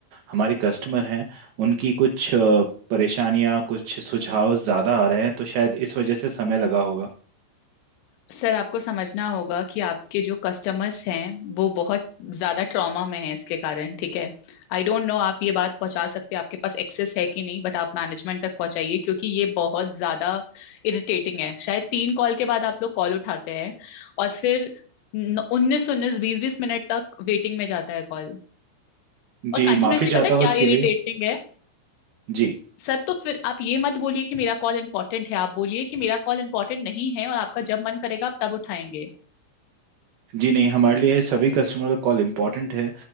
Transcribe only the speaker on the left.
सर आपको समझना होगा कि आपके जो कस्टमर्स हैं वो बहुत ज्यादा ट्रॉमा में हैं इसके कारण ठीक है आई डोंट नो आप ये बात पहुंचा सकते हैं आपके पास एक्सेस है कि नहीं बट आप मैनेजमेंट तक पहुंचाइए क्योंकि ये बहुत ज्यादा इरिटेटिंग है शायद तीन कॉल के बाद आप लोग कॉल उठाते हैं और फिर उन्नीस उन्नीस बीस बीस मिनट तक वेटिंग में जाता है कॉल और
कंटिन्यूअसली
पता है
क्या
इरिटेटिंग
है
सर तो फिर आप ये मत बोलिए कि मेरा कॉल इंपॉर्टेंट है आप बोलिए कि मेरा कॉल इंपॉर्टेंट नहीं है और आपका जब मन करेगा आप तब उठाएंगे